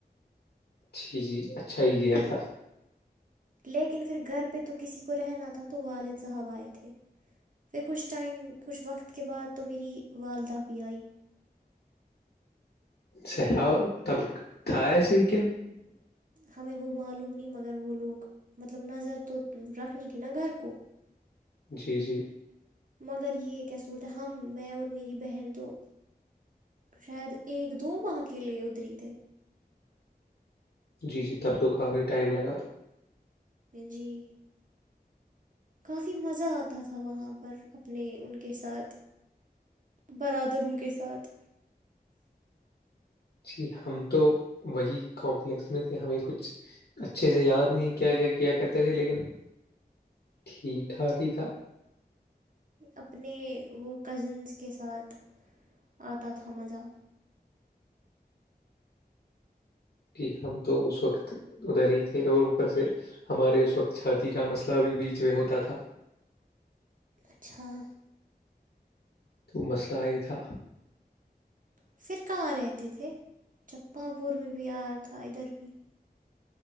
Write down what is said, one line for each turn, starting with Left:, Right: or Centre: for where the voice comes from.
Left: جی جی اچھا ہی گیا تھا
Right: لیکن پھر گھر پہ تو کسی کو رہنا تھا تو والد صاحب آئے تھے پھر کچھ ٹائم کچھ وقت کے بعد تو میری والدہ بھی آئی
Left: سہلاؤ تب تھا ایسے ہییکن
Right: ہمیں وہ معلوم نہیں مگر وہ لوگ مطلب نظر تو رکھنی تھی نا گھر کو
Left: جی جی
Right: مگر یہ کیسے بولتے ہیں ہم میں اور میری بہن تو شاید ایک دو ماہ کیلے ادھرری تھ
Left: جی جی تب تو کافی ٹائم لگا تھا
Right: جی کافی مزہ آتا تھا وہاں پر اپنے ان کے ساتھ برادروں کے ساتھ
Left: جی ہم تو وہی کمپلیکس میں تھے ہمیں کچھ اچھے سے یاد نہیں ہے کیا کیا کیا کرتے تھے لیکن ٹھیک ٹھاک ہی تھا
Right: اپنے وہ کزنس کے ساتھ آتا تھا مزہ
Left: جی ہم تو اس وقت ادھر ہی تھے اور اوپر سے ہمارے اس وقت چھاتی کا مسئلہ بھی بیچ میں ہوتا تھا
Right: اچھاں
Left: تو مسئلہ ہی تھا
Right: پھر کہاں رہتے تھے چکپاں پور میں بھی آیا تھا ادھر بھی